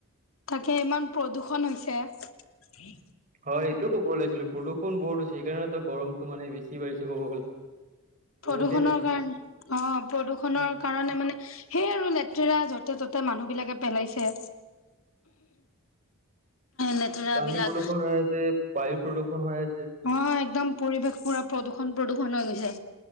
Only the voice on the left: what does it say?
তাকে ইমান প্ৰদূষন হৈছে।
প্ৰদূৰষণৰ
কাৰণ অ প্ৰদূৰষণৰ
কাৰণে মানে সেই আৰু লেতেৰা য'তে ত'তে মানুহ বিলাকে পেলাইছে। লেতেৰা
বিলাক
অ একদম পৰিৱেশ পুৰা প্ৰদূষণ প্ৰদূৰষণ হৈ গৈছে